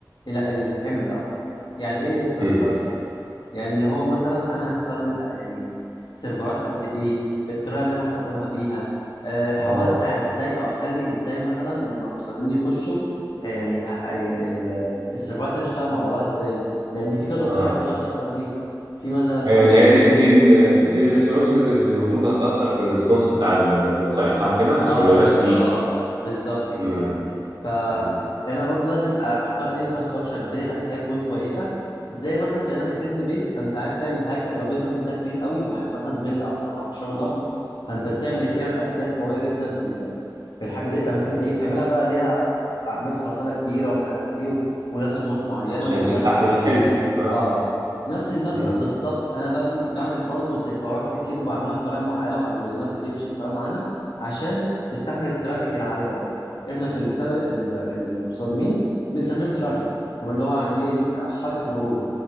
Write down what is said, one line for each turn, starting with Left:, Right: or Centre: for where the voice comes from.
Left: ال- الحمل ده أول يعني ايه الانفراستراكشر
Right: امم
Left: يعني اللي هو مثلا انا هستخدم يعني س- سيرفرات قد ايه الطريقه اللي انا هستخدمها بيها أه
Right: اه
Left: هوزع ازاي او اخلي ازاي مثلا لما المستخدمين يخشوا آه، يعني آه، آه، يعني ال- السيرفرات دي تشتغل مع بعضها ازاي لان في كذا طريقه
Right: اه
Left: بتشغل السيرفرات بيها في مثلا
Right: ايوه
Left: الجوريزمات
Right: اللي هي دي دي ال دي الريسورسز اللي المفروض هتأثر في الريسبونس بتاع ال- الويب سايت صح كده عشان
Left: اه
Right: ما
Left: بالظبط
Right: يبقاش تقيل
Left: بالظبط كده
Right: امم
Left: ف-
Right: أمم.
Left: فانا برضو لازم اختار انفراستراكشر بنيه تحتيه تكون كويسه زي مثلا كانك بتبني بيت فانت عايز تعمل حاجه لو بيت مثلا ده كبير قوي ومثلا فيلا او مثلا او مشروع ضخم فانت بتعمل ايه بتعمل اساسيات قويه جدا في ال... في الحاجه ديت يعني مثلا ايه بتعملها بقى ليها اعمده خرسانه كبيره ومش عارف ايه و... ولها تصميمات معينه
Right: عشان
Left: وديزاين
Right: تستحمل الحمل اه
Left: اه نفس المبدأ
Right: امم
Left: بالظبط انا ببني بعمل برضو سيرفرات كتير وبعملها بطريقه معينه والجوريزمات بتمشي بطريقه معينه عشان تستحمل الترافيك العالي دوت احنا في التد- ال- المستخدمين بنسميهم ترافيك تمام اللي هو يعني ايه حركه مرور